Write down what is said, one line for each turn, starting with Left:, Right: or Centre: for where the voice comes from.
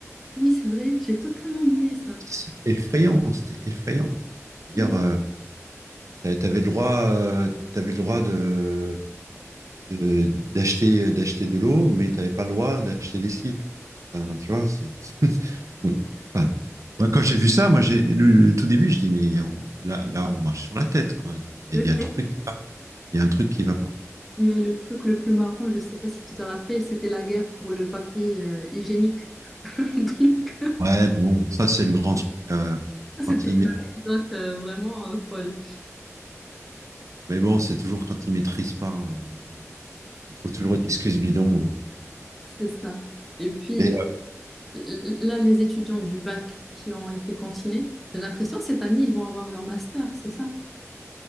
Centre: Oui, c'est vrai, j'ai totalement oublié ça.
Right: c'est effrayant, c'était effrayant. Dire,
Centre: Il me
Right: euh, t'a- t'avais le droit, euh, t'avais le droit de, de- d'acheter, d'acheter de l'eau, mais t'avais pas le droit d'acheter des slips. Enfin, tu vois, c'est. <laughs> Enfin, moi, quand j'ai vu ça, moi, j'ai le, le tout début, je dis, mais on- là, là, on marche sur la tête, quoi. Il y,
Centre: le
Right: a il y
Centre: fait.
Right: a un truc, il y a un truc qui va pas.
Centre: Mais le truc le plus marrant, je ne sais pas si tu te rappelles, c'était la guerre pour le papier euh, hygiénique. <laughs> Donc, euh,
Right: Ouais, mais bon, ça c'est le grand truc. euh,
Centre: ça, c'était
Right: quand il
Centre: une
Right: ma-
Centre: anecdote euh, vraiment euh, folle.
Right: Mais bon, c'est toujours quand il maîtrise pas. euh, ils trouvent toujours une excuse bidon. euh.
Centre: C'est ça. Et puis,
Right: Mais,
Centre: l- là, les étudiants du bac qui ont été cantinés, j'ai l'impression cette année, ils vont avoir leur master, c'est ça?